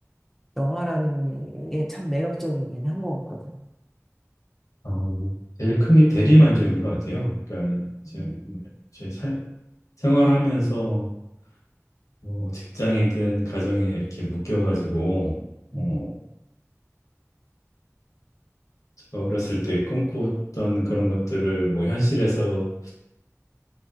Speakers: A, in the centre; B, on the left.
A: 영화라는 게 참 매력적이긴 한 것 같거든요.
B: 아, 제일 큰 게 대리만족인 것 같아요. 그러니까 지금
A: 음,
B: 저희 사- 생활하면서 뭐 직장이든 가정에 이렇게 묶여가지고 어,
A: 음.
B: 제가 어렸을 때 꿈꿨던 그런 것들을 뭐 현실에서